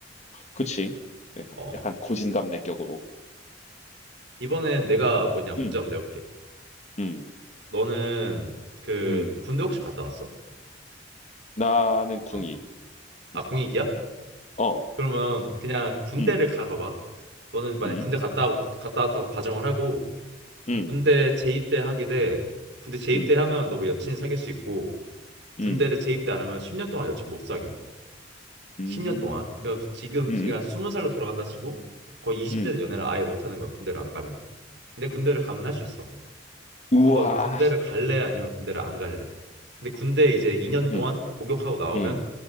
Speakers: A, on the left (about 40°); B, on the right (about 70°).
A: 그치. 약간
B: 어.
A: 약간 고진감래격으로.
B: 이번엔 내가 뭐냐 문제
A: 음.
B: 한번 내볼게.
A: 음.
B: 너는 그
A: 음.
B: 군대 혹시 갔다 왔어?
A: 나는 공익.
B: 어. 아,
A: 음.
B: 공익이야?
A: 어.
B: 그러면 그냥 군대를
A: 음.
B: 가봐봐. 너는 만약
A: 음.
B: 군대 갔다 고 갔다 왔다고 가정을 하고
A: 음.
B: 군대 재입대 하게 돼. 군대 재입대
A: 음.
B: 하면 너 뭐 여친이 사귈 수 있고 군대를
A: 음.
B: 재입대 안 하면 10년 동안 여친 못 사겨.
A: 음.
B: 10년 동안. 그 지금
A: 음.
B: 그냥 20살로 돌아간다 치고 거의 20대는
A: 음.
B: 연애를 아예 못 하는 거야. 군대를 안 가면. 근데 군대를 가면 할 수 있어.
A: 우와.
B: 그럼 너 군대를 갈래? 아니면 군대를 안 갈래? 근데 군대 이제 2년 동안
A: 음.
B: 복역하고 나오면
A: 음.